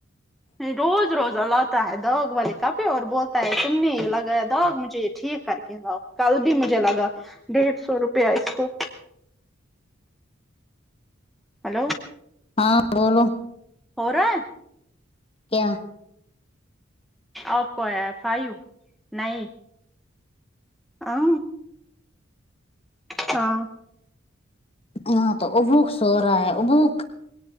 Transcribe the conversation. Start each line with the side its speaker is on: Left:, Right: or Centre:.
Centre: روز روزہ لاتا ہے داغ والے کپڑے اور بولتا ہے تم نے یے لگایا داغ مجھے یے ٹھیک کر کے کل بھی مجھے لگا ڈیڑھ سو روپیہ اس کو ہلو
Left: ہاں بولو
Centre: ہورا ہے
Left: کیا
Centre: آپ کو ایا ہے فائیو نہیں آآ ہاں
Left: یہاں تو ابوک سورہا ہے ابوک